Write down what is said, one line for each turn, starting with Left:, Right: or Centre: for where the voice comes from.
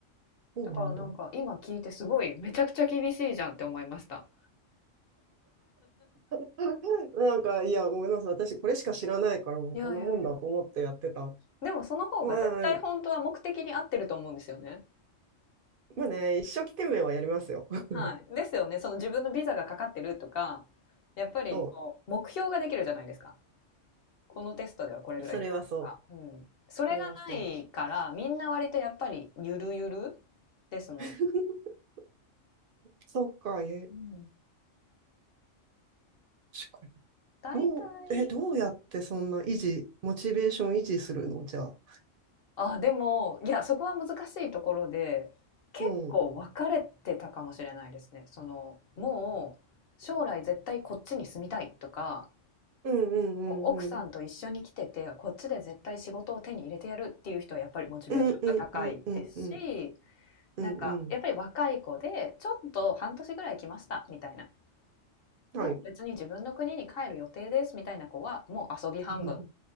Right: そうなんだ。
Left: だからなんか今聞いてすごいめちゃくちゃ厳しいじゃんって思いました。
Right: <laughs> なんか、いや、ごめんなさい。私、これしか知らないから、もうこんなもんだと思ってやってた。
Left: いやいやいや。でもその方が絶対本当は目的に合ってると思うんですよね。
Right: まあ、まあね、一生懸命はやりますよ。<laughs>
Left: はい。ですよね。その自分のビザがかかってるとか、やっぱりこう目標ができるじゃないですか。
Right: そ
Left: このテストではこれぐらい取ろうとか。
Right: う。それはそう。
Left: うん。それがないからみんな割とやっぱりゆるゆる
Right: それはそ
Left: ですもんね。
Right: う。<laughs> そっか、え、
Left: うん。
Right: 確かに。
Left: 大体、
Right: どう、え、どうやってそんな維持、モチベーション維持するのじゃあ。
Left: あ、でも、いや、そこは難しいところで、結構分かれてたかもしれないですね。
Right: うん。
Left: その、もう将来絶対こっちに住みたいとか、
Right: うんうんうんうん。
Left: もう奥さんと一緒に来てて、こっちで絶対仕事を手に入れてやるっていう人はやっぱりモチベーションが高いですし、
Right: うんうんうんうんうんうんうんうん。
Left: なんかやっぱり若い子で、ちょっと半年ぐらい来ましたみたいな。
Right: はい。
Left: もう別に自分の国に帰る予定ですみたいな子は、もう遊び半分。
Right: <laughs>